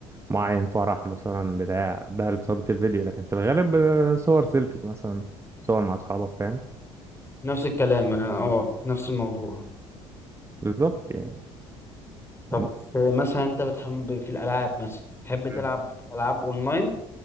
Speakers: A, on the right (about 20°); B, on the left (about 15°).
A: معين فرح مثلا بتاع ده اللي بتصادف في الفيديو لكن في الغالب آه، صور سيلفي مثلا صور مع اصحابك فاهم
B: نفس الكلام اه آه، نفس الموضوع
A: بالظبط يعني
B: طب
A: م-
B: في- مثلا انت بتحب في الالعاب مثلا تحب تلعب
A: م.
B: العاب اونلاين